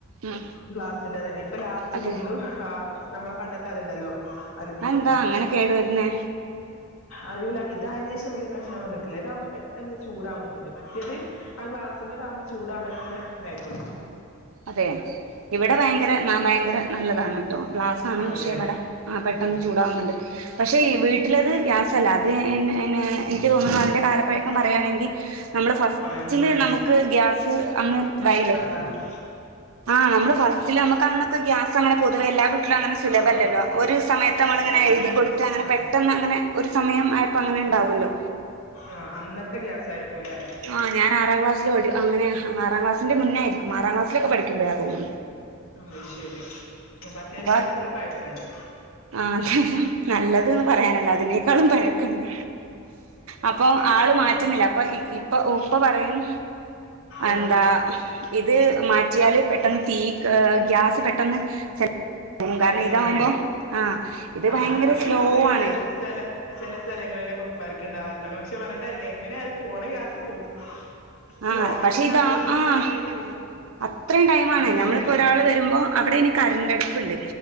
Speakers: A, on the right; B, on the left.
A: ആ
B: ഗ്ലാസിന്റെതന്നെ ഇപ്പ ലാസ്റ്റ്
A: അതെ
B: വീണ്ടും ആഹ് നമ്മളെ പണ്ടത്തെ അത്ണ്ടല്ലോ അലുമിനിയോ
A: അതെന്താ
B: എന്തേനു
A: അങ്ങനെ
B: പറയ?
A: കേടു വരുന്നേ
B: അറിയൂല ഇത് അയേനെഷം വലിയ പ്രശ്നം വന്നിട്ടില്ല ഇതാവുമ്പോ പെട്ടെന്ന് ചൂടാവുന്നുണ്ട് മറ്റേ ആഹ് ഗ്ലാസിന്റെതമ്പോ ചൂടാവാനൊക്കെ ബേക്കോട്ട.
A: അതെ ഇവിടെ ഭയങ്കര ഭയങ്കര നല്ലതാണ് ട്ടോ ഗ്ലാ <unintelligible>
B: ആണല്ലേ
A: വടെ പെട്ടന്ന്
B: ആഹ്
A: ചൂടാവുന്നുണ്ട്. പക്ഷെ വീട്ടിലത് ഗ്യാസല്ല അത് എനി എനിക്ക് തോന്നുന്നു അതിന്റെ കാലപ്പഴക്കം പറയുകയാണെങ്കി, നമ്മള് ഫസ്റ്റില്
B: കൊറേ മുന്നല്ലേ
A: നമുക്ക് ഗ്യാസ് അങ്ങ്തായില്ലേ,
B: ആണോ
A: ആഹ് നമ്മള് ഫസ്റ്റില് അമുക്ക് അന്നൊക്കെ ഗ്യാസ് അങ്ങനെ പൊതുവെല്ല ലങ്ങനെ സുലഭല്ലല്ലോ
B: ആഹ്
A: ഒര് സമയത്ത് നമ്മള്
B: അല്ല
A: ഇങ്ങനെ
B: അല്ല
A: എഴുതി കൊടുത്ത് അങ്ങനെ
B: ആഹ്
A: പെട്ടെന്ന് അങ്ങനെ ഒരു സമയം അ പ്പങ്ങനെ
B: ഉം
A: ഇണ്ടാവുല്ലോ
B: ആഹ് അന്നത്തെ ഗ്യാസായിരിക്കുല്ലെ?
A: ആഹ് ഞാൻ ആറാം ക്ലാസ്സില് പ അങ്ങനെ ആറാം ക്ലാസിന്റെ മുന്നായിരിക്കും ആറാം ക്ലാസിലൊക്കെ പഠിക്കുമ്പഴ തോന്നുന്നു
B: ആഹ് ശരി അപ്പൊ അത്യാവശ്യം
A: അപ്പ
B: നല്ല പയക്കണ്ട്.
A: ആഹ് നല്ലത് ന്ന് പറയാനില്ല അതിനേക്കാളും പഴക്കണ്ട്. അപ്പൊ ആള് മാറ്റുന്നില്ല
B: അത്
A: അപ്പൊ ഇപ്പൊ ഉപ്പ പറയും
B: ആഹ്
A: എന്താ ഇത് മാറ്റിയാല് പെട്ടെന്ന് തീ ഗ്യാസ് പെട്ടെന്ന് പോകും
B: കഴിയുന്നോ
A: കാരണം ഇതാവുമ്പോ ആഹ് ഇത്
B: ആഹ്
A: ഭയങ്കര സ്ലോ
B: അത് ചില
A: ആണ്
B: സ്ഥല ചില സ്ഥലങ്ങളിലൊക്കെ ഉപ്പാർക്ക് ഉണ്ടാവാർതാണ് പക്ഷെ പറഞ്ഞിട്ട് കാര്യല്ല എങ്ങനെയാലും പോണ ഗ്യാസ് പോവും. സ്ലോ
A: ആഹ്
B: ആണെങ്കിൽ
A: പക്ഷെ ഇതാ
B: അത്രയും
A: ആഹ്
B: ടൈം പിടിക്കും
A: അത്രയും ടൈമാണ്
B: അങ്ങനെണ്ടല്ലോ
A: ഞമ്മളിപ്പോ ഒരാള് വരുമ്പോ അവിടെ ഇനി കരണ്ടടുപ്പ്ണ്ട്